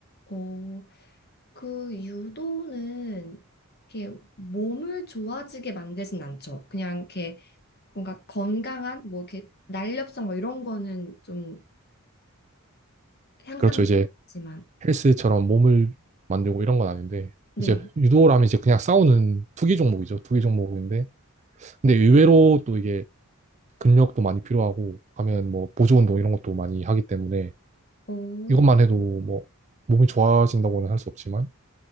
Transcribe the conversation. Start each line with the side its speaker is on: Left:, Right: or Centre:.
Left: 어, 그 유도는 이렇게 몸을 좋아지게 만들진 않죠. 그냥 이렇게 뭔가 건강한 뭐 이렇게 날렵성 뭐 이런 거는 좀 향상되지만
Right: 그렇죠. 이제 헬스처럼 몸을 만들고 이런 건 아닌데
Left: 네.
Right: 이제 유도라면 이제 그냥 싸우는 투기 종목이죠. 투기 종목인데 근데 의외로 또 이게 근력도 많이 필요하고 하면 뭐 보조 운동 이런 것도 많이 하기 때문에
Left: 어,
Right: 이것만 해도 뭐 몸이 좋아진다고는 할 수 없지만